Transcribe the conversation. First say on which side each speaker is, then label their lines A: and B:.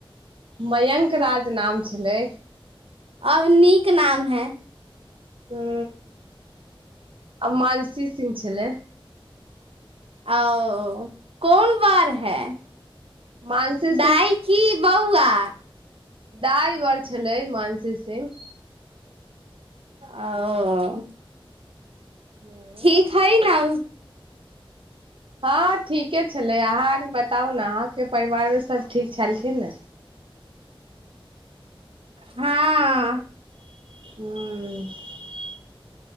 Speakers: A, on the right; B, on the right.
A: मयंक राज नाम छलै
B: अब नीक नाम है
A: हँ आ मानसी सिंह छलै
B: आ कोन बार है
A: मानसी
B: दाइ की बौआ
A: दाइवर छलै मानसी सिंह
B: ओ
A: ह
B: ठीक हइ न
A: हँ ठीके छलै अहाँ आर बताउ ने अहाँके परिवार सभ ठीक छलखिन ने
B: हँ
A: ह्म